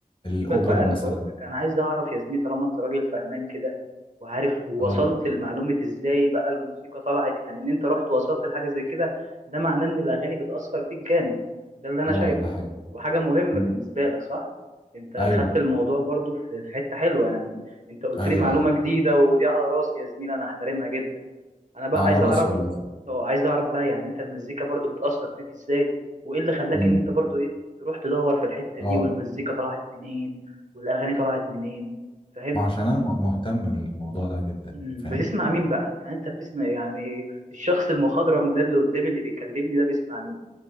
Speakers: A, on the left; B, on the right.
A: الاوبرا
B: سيبك بقى انا
A: مثلا
B: بقول لك انا عايز اعرف يا زميلي طالما انت راجل فهمان كده وعارف ووصلت
A: اه
B: لمعلومة ازاي بقى الموسيقى طلعت يعني ان انت رحت ووصلت لحاجة زي كده ده معناه ان الاغاني بتأثر فيك جامد ده اللي انا
A: اه
B: شايفه
A: ده حقيقي
B: وحاجة مهمة
A: مم.
B: بالنسبة لك صح انت
A: ايوه
B: خدت الموضوع برضو في في حتة حلوة يعني انت قلت
A: ايوه
B: لي معلومة
A: ايوه
B: جديدة ودي على راسي يا زميلي انا احترمها جدا انا بقى
A: على
B: عايز
A: راسي
B: اعرف
A: والله
B: اه عايز اعرف بقى يعني انت المزيكا برضو بتأثر فيك ازاي وايه اللي خلاك
A: امم
B: ان انت برضو ايه تروح تدور في الحتة
A: اه
B: دي والمزيكا طلعت منين والاغاني طلعت منين فاهم
A: ما عشان انا م- مهتم بالموضوع ده جدا
B: مم،
A: فاهم
B: بتسمع مين بقى يعني انت بتسمع يعني الشخص المخضرم ده اللي قدامي اللي بيكلمني ده بيسمع مين